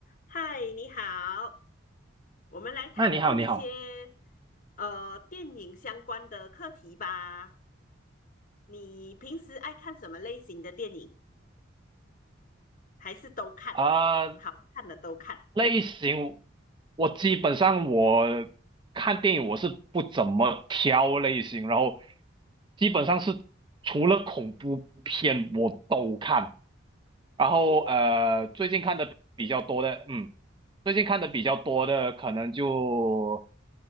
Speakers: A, on the left; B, on the right.
A: 嗨，你好，我们来讨论一些
B: 那你好，你好，
A: 呃电影相关的课题吧。你平时爱看什么类型的电影？还是都看？
B: 啊、
A: 好看的都看。
B: 类型，我基本上我看电影我是不怎么挑类型，然后基本上是除了恐怖片我都看，然后呃最近看的比较多的，
A: 哦，
B: 嗯，最近看的比较多的可能就